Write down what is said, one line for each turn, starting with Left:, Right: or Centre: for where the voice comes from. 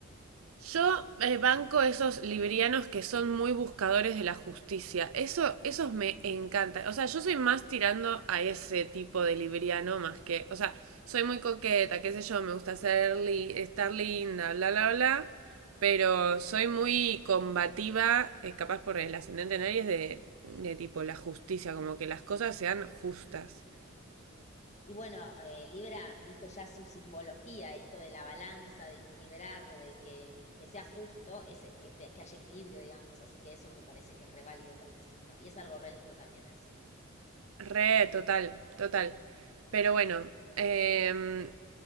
Right: Yo eh, banco esos librianos que son muy buscadores de la justicia. Eso, esos me encantan. O sea, yo soy más tirando a ese tipo de libriano más que. O sea, soy muy coqueta, qué sé yo, me gusta ser li- estar linda, bla, bla, bla. Pero soy muy combativa, eh, capaz por el ascendente en Aries, de, de tipo la justicia, como que las cosas sean justas.
Left: Y bueno, eh, Libra, viste ya su simbología, esto de la balanza, de equilibrar, de que, que sea justo, ese, que, te- que haya equilibrio, digamos. Así que eso me parece que es re válido con el signo. Y es algo re lindo también del signo.
Right: Re, total, total. Pero bueno, eh,